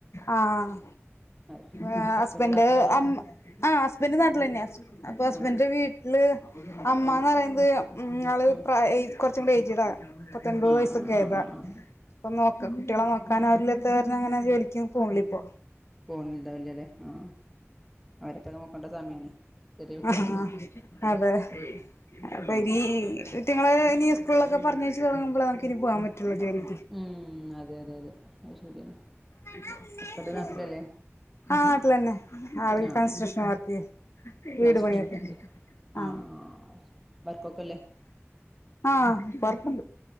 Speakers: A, on the left (about 65°); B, in the centre.
A: ആഹ്
B: ശരി
A: ആഹ് ഹസ്ബൻഡ്
B: നാട്ടിലാണോ
A: അമ്മ ആഹ് ഹസ്ബൻഡ് നാട്ടിലെന്നെയാ സ് അപ്പൊ ഹസ്ബൻഡൻ്റ്
B: ആ
A: വീ ട്ടില് അമ്മാന്ന്
B: ആ
A: പറയുന്നത് ഉം ആള്
B: ആ ആ
A: പ്രായ ഈ കൊറച്ചും കൂടി ഏയ്ജ്ഡാ കൊ ഇപ്പൊ എൺപത്
B: ആ
A: വയസ്സൊക്കെ
B: ആ
A: ആയതാ
B: ആ ആ
A: അപ്പ നോക്കാ കുട്ടികളെ നോക്കാൻ ആരും ഇല്ലാത്തത് കാരണം അങ്ങനെ ജോലി ക്യാ പോൺല്യ ഇപ്പൊ
B: പോകുന്നുണ്ടാവില്ലല്ലേ ആ അവരിപ്പോൾ നോക്കേണ്ട സമയമാണ് ചെറിയ കുട്ടികളല്ലേ
A: ഉം ആഹ്. അതെ. അപ്പൊ ഇനി ഇറ്റിങ്ങളെ ഇനി സ്കൂളിലൊക്കെ പറഞ്ഞയ്ച്ച് തുടങ്ങുമ്പളെ നമുക്ക് ഇനി പോവാൻ പറ്റുള്ളൂ ജോലി
B: ഉം അതെ അതെ അതെ. ശരിയാണ്
A: !
B: ഹസ്ബൻഡ് നാട്ടിലല്ലേ
A: !!!!!!!!! ആ നാട്ടിലെന്നെ ആള്
B: ആ
A: കൺസ്ട്രക്ഷൻ വർക്ക് വീട്
B: കൺസ്ട്രക്ഷൻ
A: പണിയൊക്കെ
B: വർക്കിലാണ് ആ
A: ആഹ്
B: ആ അത് ശരി വർക്കൊക്കെ അല്ലേ
A: ആഹ്‌ വർക്കുണ്ട്.